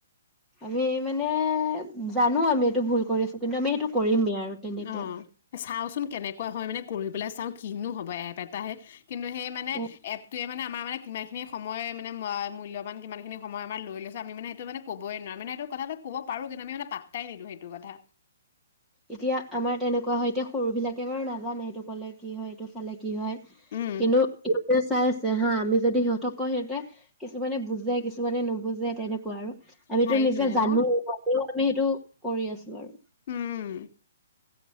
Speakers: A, in the centre; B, on the left.
A: আমি মানে। জানো আমি এইটো ভুল কৰিছো। কিন্তু আমি সেইটো কৰিমেই আৰু তেনেকুৱা
B: অহ' চাওচোন। কেনেকুৱা হয় মানে কৰি পেলাই চাও কিনো হব এপ এটাহে। কিন্তু সেই মানে
A: উ
B: এপটোৱে মানে আমাৰ মানে কিমান খিনি সময় মানে মূল্যবান, কিমান খিনি সময় আমাৰ লৈ লৈছো আমি মানে সেইটো মানে কবই নোৱাৰো মানে সেইটো কথাটো কব পাৰো কিন্তু আমি মানে পাত্তাই নিদিওঁ সেইটো কথা।
A: এতিয়া আমাৰ তেনেকুৱা হয় এতিয়া সৰুবিলাকে বাৰু নাজানে এইটো ক'লে কি হয়, এইটো চালে কি হয়।
B: উম
A: কিন্তু এই চাই আছে হা আমি যদি সিহঁতক কয় সিহঁতে, কিছুমানে বুজে কিছুমানে নুবুজে তেনেকুৱা আৰু। আমিতো
B: সেইটোৱে
A: নিজে জানো
B: অ
A: আমি সেইটো কৰি আছো আৰু।
B: উম।